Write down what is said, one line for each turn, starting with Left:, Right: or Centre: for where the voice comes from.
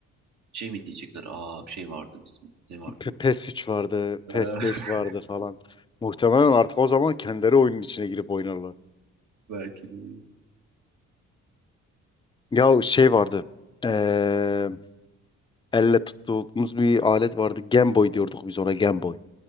Right: Şey mi diyecekler? Aa şey vardı bizim. Ne vardı?
Left: P- PES 3 vardı, PES
Right: Ee,
Left: 5
Right: <laughs>
Left: vardı falan. Muhtemelen artık o zaman kendileri oyunun içine girip oynarlar.
Right: Belki de.
Left: Ya şey vardı. eee, elle tuttuğumuz bir alet vardı. Game Boy diyorduk biz ona Game Boy.